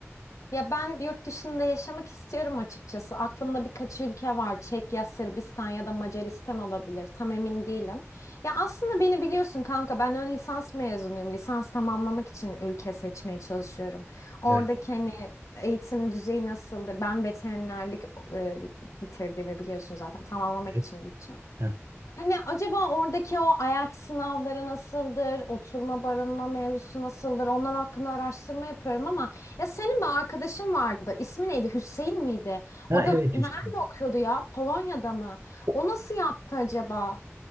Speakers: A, on the left; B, on the right.
A: Ya ben yurt dışında yaşamak istiyorum açıkçası. Aklımda birkaç ülke var. Çekya, Sırbistan ya da Macaristan olabilir. Tam emin değilim. Ya aslında beni biliyorsun kanka ben ön lisans mezunuyum. Lisans tamamlamak için ülke seçmeye çalışıyorum. Oradaki
B: Evet,
A: hani eğitim düzeyi nasıldır? Ben veterinerlik e, bitirdiğimi biliyorsun zaten. Tamamlamak
B: evet.
A: için gideceğim.
B: Ha,
A: Hani acaba oradaki o IELTS sınavları nasıldır, oturma barınma mevzusu nasıldır, onlar hakkında araştırma yapıyorum ama ya senin bir arkadaşın vardı, ismi neydi, Hüseyin miydi?
B: ha
A: O da
B: evet
A: nerede
B: Hüseyin.
A: okuyordu ya, Polonya'da mı?
B: O-
A: O nasıl yaptı acaba?